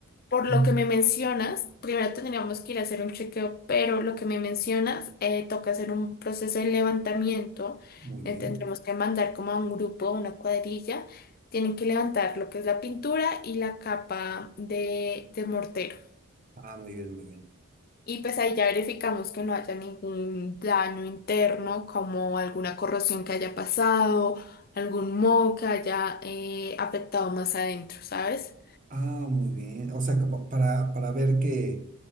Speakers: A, on the left (about 40°); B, on the right (about 35°).
A: Por lo
B: Mm.
A: que me mencionas, primero tendríamos que ir a hacer un chequeo, pero lo que me mencionas, eh, toca hacer un proceso de levantamiento.
B: muy bien.
A: eh, tendremos que mandar como a un grupo, una cuadrilla. Tienen que levantar lo que es la pintura y la capa de, de mortero.
B: Ah, muy bien, muy bien.
A: Y pues ahí ya verificamos que no haya ningún daño interno, como alguna corrosión que haya pasado, algún moho que haya eh, afectado más adentro, ¿sabes?
B: Ah, muy bien. O sea, como para, para ver que,